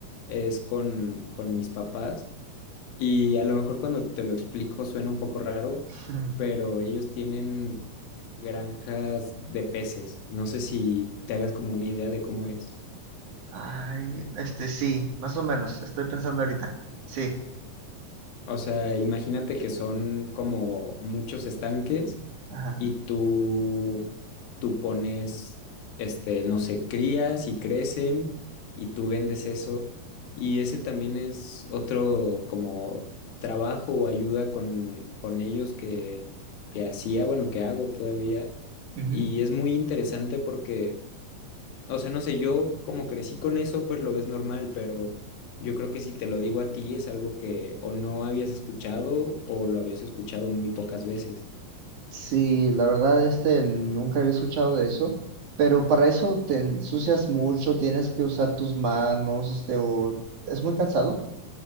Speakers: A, on the left; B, on the right.
A: es con, con mis papás y a lo mejor cuando te lo explico suena un poco raro,
B: <laughs>
A: pero ellos tienen granjas de peces. No sé si te hagas como una idea de cómo es.
B: ay, este sí, más o menos, estoy pensando ahorita. Sí,
A: O sea, imagínate que son como muchos estanques
B: ajá.
A: y tú, tú pones, este, no sé, crías y crecen y tú vendes eso. Y ese también es otro como trabajo o ayuda con, con ellos que, que hacía, bueno, que hago todavía.
B: Ujú.
A: Y es muy interesante porque o sea, no sé, yo como crecí con eso, pues lo ves normal, pero yo creo que si te lo digo a ti es algo que o no habías escuchado o lo habías escuchado muy pocas veces.
B: Sí, la verdad, este nunca había escuchado de eso, pero para eso te ensucias mucho, tienes que usar tus manos, este, o es muy cansado.